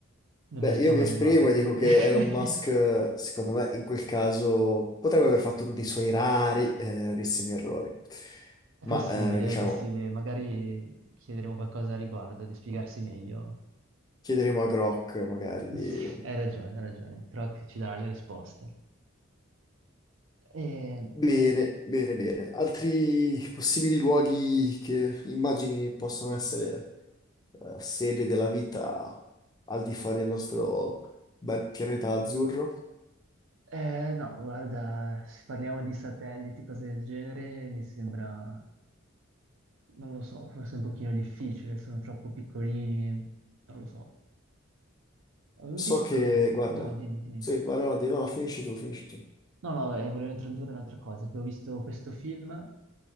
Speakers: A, on the right; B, on the left.
A: non
B: Beh,
A: mi esprimo
B: io mi
A: al
B: esprimo
A: riguardo.
B: e dico che
A: <laughs>
B: Elon Musk, eh, secondo me, in quel caso potrebbe aver fatto uno dei suoi rari, eh, rarissimi errori.
A: È
B: Ma,
A: possibile,
B: eh, diciamo,
A: è possibile, magari chiederemo qualcosa al riguardo, di spiegarsi meglio.
B: chiederemo a Grok magari di...
A: Sì, hai ragione, hai ragione, Croc ci darà le risposte. E-
B: Bene, bene, bene. Altri possibili luoghi che immagini possono essere eh, sede della vita al di fuori del nostro bel pianeta azzurro?
A: eh, no, guarda, se parliamo di satelliti, cose del genere, mi sembra... Non lo so, forse è un pochino difficile, sono troppo piccolini, non lo so. Avevo
B: So
A: visto...
B: che, guarda,
A: No, dimmi, dimmi.
B: sì, ma allora di- no, finisci tu, finisci tu.
A: No, no, eh, volevo introdurre un'altra cosa, che ho visto questo film,